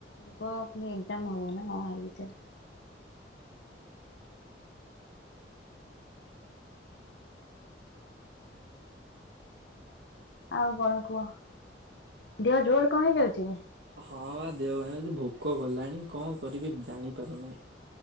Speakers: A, on the left; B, on the right.
A: ଯିବ ପୁଣି ଏକଜାମ ହବ ନା କଣ ଆରି ଭିତରେ ଆଉ କଣ କୁହ ଦେହ ଜୋରେ କଣ ହେଇଯାଉଚି କି?
B: ହଁ ବା ଦେହ ଭାଇ ହଉଛି ଭୋକ କଲାଣି କଣ କରିବି ଜାଣିପାରୁନି।